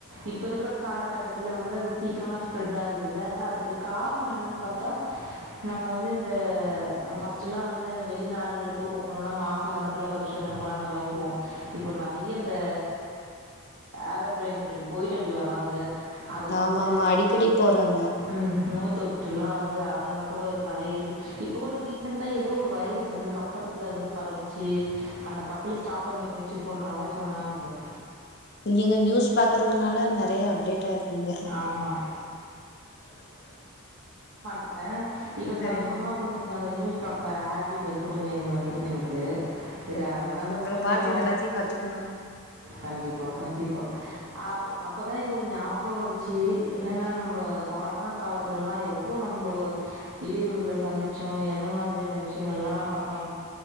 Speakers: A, on the right; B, on the left.
A: இப்ப இருக்கிற காலகட்டம் கட்டத்துல வந்து சீக்கிரமா ஸ்பிரட் ஆகுதுல அதுக்கான காரணம் என்னன்னு பாத்தா நம்ம வந்து இந்த ஃபர்ஸ்ட் எல்லாம் இந்த வெளிநாடுகள் இப்போ போனோனா மாச கணக்கில் வருஷ கணக்கலாம் அந்த மாரி போவோம் இப்போ நெறைய இந்த ஏரோப்ளைன்ல இப்டி போயிட்டு அப்டி வராங்க அதுல வந்து
B: ஆமா ஆமா அடிக்கடி போறாங்க
A: ம் நோய தொற்றுல்லாம் வந்து அதனால கூட நெறைய இருக்கு இப்ப கூட ரீசன் ஏதோ ஒரு வைரஸ் வந்து கப்பல் ல வந்து பரவிச்சு அந்த கப்பல ஸ்டாப் பண்ணி வச்சிருக்கோன்ற மாரி சொன்னாங்க
B: நீங்க நியூஸ் பாக்குறதுனால நெறைய அப்டேடா இருக்கீங்க
A: ஆமா. ஆ இப்ப
B: சரிங்க
A: சமீபம்மா கொஞ்சம் அந்த நியூஸ் பாக்கற ஹேபிட் வந்து கொஞ்சம் எனக்கு வந்திருக்கு எனக்கு செரி
B: சரி
A: அதனால
B: சரிங்க உங்கள
A: கொஞ்சம்
B: பாத்து இது எல்லாத்தையு கத்துக்கணு
A: கண்டிப்பா கண்டிப்பா அப்தான் எனக்கு ஒரு ஞாபகம் வந்துச்சு என்னன்னா நம்ம கொரோனா காலத்துலல்லாம் எவ்வளவு நம்ம இடையூர்களை சந்திச்சோம் எந்த மாரியான விஷயங்கள் எல்லாம் பண்ணோம்